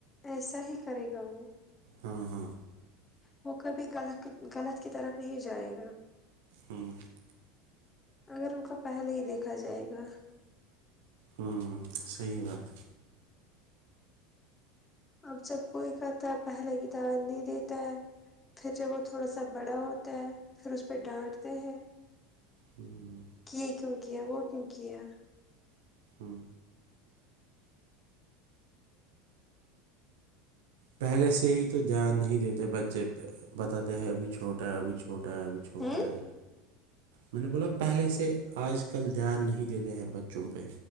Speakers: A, on the left; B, on the right.
A: ایسا ہی کرے گا وہ
B: ہاں ہاں
A: وہ کبھی غلط غلط کی طرف نہیں جائے گا
B: ہوں
A: اگر ان کا پہلے ہی دیکھا جائے گا
B: ہوں صحیح بات ہے
A: اب جب کوئی کرتا ہے پہلے کتاب نہیں دیتا ہے پھر جب وہ تھوڑا سا بڑا ہوتا ہے پھر اس پہ ڈانٹتے ہیں
B: ہوں
A: کی کیوں کیا وہ کیوں کیا ہے
B: ہوں پہلے سے ہی تو دھیان نہیں دیتے بچے پہ بتاتے ہیں ابھی چھوٹا ہے ابھی چھوٹا چھوتا ہے اب چھ ہوتا
A: ہوں
B: ہے میں نے بولا پہلے سے آج کل دھیان نہیں دیتے ہیں بچوں پہ